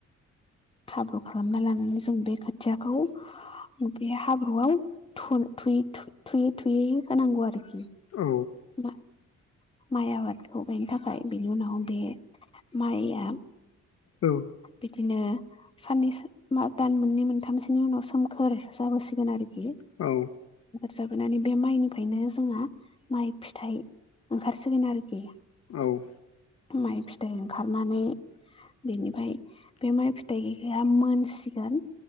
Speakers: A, on the left (about 20°); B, on the left (about 55°).
A: हाब्रु खालामना लानांगौ। जों बे खोथियाखौ बे हाब्रुआव थु थुयै। थुयै थुयै होनांगौ आरोखि।
B: औ
A: दा माइ आबादखौ गायनो थाखाय बिनि उनाव बे माइया।
B: औ
A: बिदिनो। साननै दान मोननै मोनथामसोनि उनाव सोमखोर जाबोसिगोन आरोखि।
B: औ
A: जाबोनानै बे माइनिफ्रायनो जोंहा माइ फिथाइ। ओंखारसिगोन आरोखि।
B: औ।
A: माइ फिथाइ ओंखारनानै। बेनिफ्राय बे माइ फिथाइआ मोनसिगोन